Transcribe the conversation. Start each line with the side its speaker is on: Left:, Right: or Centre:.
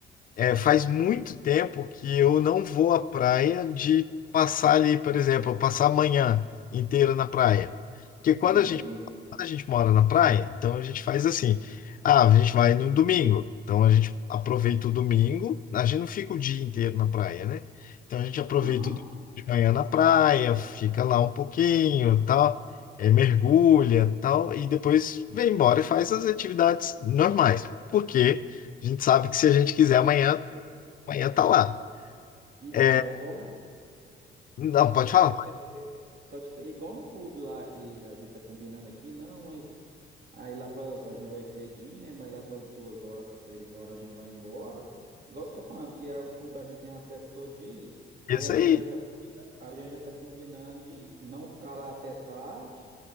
Left: É, faz muito tempo que eu não vou à praia de passar ali, por exemplo, passar a manhã inteira na praia. Porque quando
Right: entendi.
Left: a gente, quando a gente mora na praia, então a gente faz assim. Ah, a gente vai no domingo. Então a gente aproveita o domingo. A gente não fica o dia inteiro na praia, né? Então a gente aproveita
Right: Aham.
Left: o domingo de manhã na praia, fica lá um pouquinho, tal, é, mergulha, tal, e depois vem embora e faz as atividades normais. Porque a gente sabe que se a gente quiser amanhã
Right: Foi.
Left: Amanhã tá lá.
Right: Então,
Left: É,
Right: é igual no.
Left: não,
Right: É
Left: pode
Right: só
Left: falar.
Right: te
Left: pode.
Right: interromper. Só te ter, igual no clube lá que a gente tá combinando aqui, não, mas Aí lá pras, a gente vai cedinho, né? Mas lá para duas horas, três horas a gente vai embora. Igual você tá falando, porque a- o clube a gente tem acesso todo dia.
Left: Isso
Right: Aí a
Left: aí.
Right: gente já tá combinando, a gente já tá combinando de não ficar lá até tarde.